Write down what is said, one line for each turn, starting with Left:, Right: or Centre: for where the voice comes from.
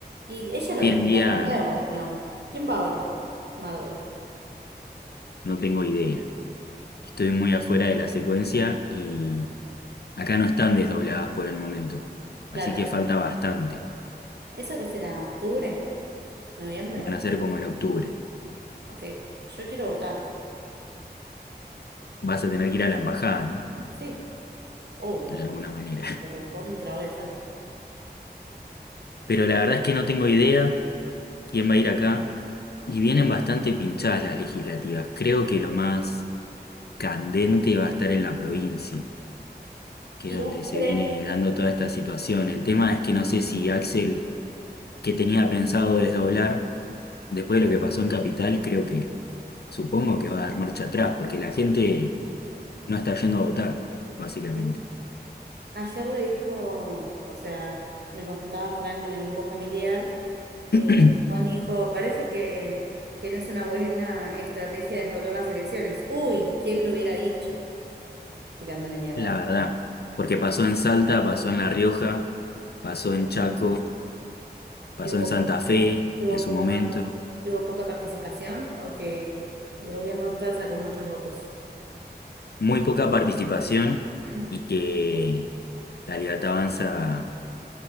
Right: Y ella
Left: Hoy
Right: lo va a intentar
Left: en día
Right: de nuevo, ¿o no? ¿Quién va ahora? Marden.
Left: no tengo idea. Estoy muy afuera de la secuencia y acá no están desdobladas por el momento. Así
Right: Claro.
Left: que falta bastante.
Right: ¿Eso que será? ¿Octubre? ¿Noviembre?
Left: Van a ser como en octubre.
Right: Ok, yo quiero votar.
Left: Vas a tener que ir a la embajada, ¿no?
Right: Sí, obvio.
Left: De alguna manera.
Right: Lo recontra voy a hacer.
Left: <laughs> Pero la verdad es que no tengo idea quién va a ir acá. Y vienen bastante pinchadas las legislativas. Creo que lo más candente va a estar en la provincia, que
Right: ¿Y
Left: es donde
Right: vos
Left: se
Right: crees?
Left: viene dando toda esta situación. El tema es que no sé si Axel, que tenía pensado desdoblar, después de lo que pasó en Capital, creo que Supongo que va a dar marcha atrás, porque la gente no está yendo a votar, básicamente.
Right: que Ayer le dijo, o sea, me contaba Frank en el grupo familiar, eh,
Left: <clears throat>
Right: Juan dijo, parece que, que no es una buena estrategia desdoblar las elecciones. Uy, ¿quién lo hubiera dicho? Tirándole mierda.
Left: La verdad, porque pasó en Salta, pasó en La Rioja, pasó en Chaco, pasó
Right: ¿Que hubo,
Left: en Santa Fe
Right: que hubo
Left: en su
Right: poca,
Left: momento.
Right: par- que hubo poca participación o que el gobierno actual sacó muchos votos?
Left: Muy poca participación
Right: <clears throat>
Left: y que la Libertad Avanza